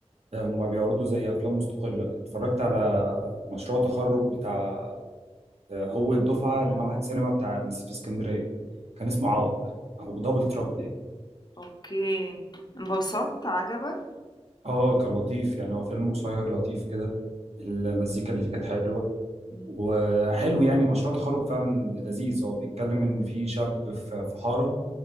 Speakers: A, on the right (about 70°); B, on the left (about 40°).
A: آه، هما بيعرضوا زي افلام مستقلة اتفرجت على مشروع تخرج بتاع آه، اول دفعة لمعهد سينما بتاع في اسكندرية كان اسمه عوق او دبل ترابل يعني
B: اوكي انبسطت عجبك؟
A: اه كان لطيف يعني هو فيلم قصير لطيف كده المزيكا اللي فيه كانت حلوة
B: مم.
A: وحلو يعني مشروع تخرج فعلا لذيذ هو بيتكلم ان في شاب في في حاره